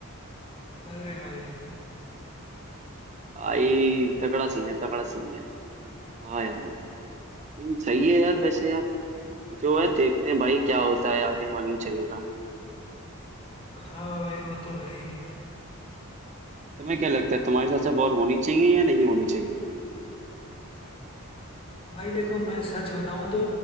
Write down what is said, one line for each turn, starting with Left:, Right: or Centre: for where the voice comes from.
Left: अरे भाई
Right: भाई तगड़ा सीन है तगड़ा सीन है हाँ यार हम्म, सही है यार वैसे यार जो है देखते हैं भाई क्या होता है आगे मालूम चलेगा
Left: हाँ भाई वो तो है ही
Right: तुम्हें क्या लगता है तुम्हारे साथ से वॉर होनी चाहिए या नहीं होनी चाहिए
Left: भाई देखो मैं सच बताऊं तो